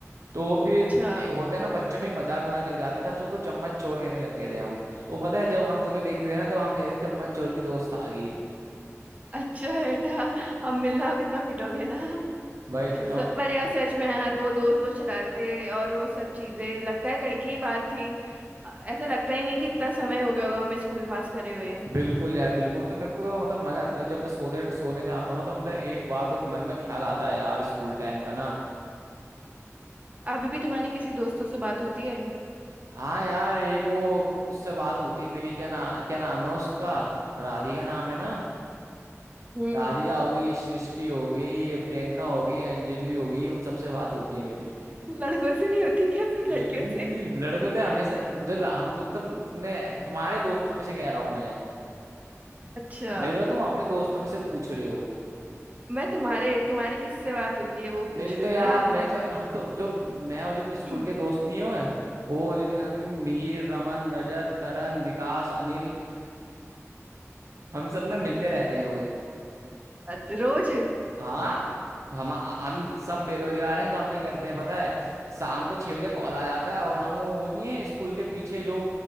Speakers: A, on the right (about 70°); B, on the right (about 30°).
A: तो फिर
B: अच्छा
A: ए, होता है ना बच्चों में मजाक बनाने लग जाते हैं तब से उसको चम्मच चोर कहने लग गए थे हम वो पता है जब हम तुम्हें देखते थे ना तो हम कहते थे चम्मच चोर की दोस्त आ गई
B: अच्छा बेटा अब मिलना अब इतना पिटोगे ना
A: भाई इतना
B: सब पर यार सच में यार वो दोस्त वो शरारतें और वो सब चीजें लगता है कल की ही बात थी अ- ऐसा लगता ही नहीं कि इतना समय हो गया होगा हमें स्कूल पास करे हुए
A: बिल्कुल यार बिल्कुल तो मेरे को तो मतलब मजा आता था जब मैं सोते सोने जाता हूँ ना तो मतलब एक बात तो मन में ख्याल आता है यार स्कूल टाइम का ना
B: अभी भी तुम्हारी किसी दोस्तों से बात होती है
A: हाँ यार एक वो उससे बात होती है मेरी क्या ना क्या नाम है उसका राधिका नाम है ना
B: हम्म
A: राधिका होगी सृष्टि होगी प्रियंका होगी अंजलि होगी उन सबसे बात होती है मेरी
B: लड़कों से नहीं होती क्या
A: <laughs>
B: सिर्फ
A: लड़कों
B: लड़कियों से
A: तो हमेशा जो ल- हम तुम मतलब तुमने तुम्हारे दोस्तों में से कह रहा हूँ मैं
B: अच्छा
A: मेरे को लगा तुम अपने दोस्तों में से पूछ रहे
B: मैं तुम्हारे तुम्हारी किससे बात होती है वो पूछ
A: मेरी तो
B: रही
A: यार
B: हूँ ना तुम्हारे
A: मैं तो
B: दोस्त
A: हम तो जो मैं और जो मेरे स्कूल
B: <clears throat>
A: के दोस्त नहीं हुए वो जो के नाम है मिहिर रमन रजत करण विकास अनिल हम सब ना मिलते रहते हैं रोज
B: अत- रोज
A: हाँ हम हम तो सब बेरोजगार हैं तो हम क्या करते हैं पता है शाम को छह बजे कॉल आ जाता है और हम वो नहीं है स्कूल के पीछे जो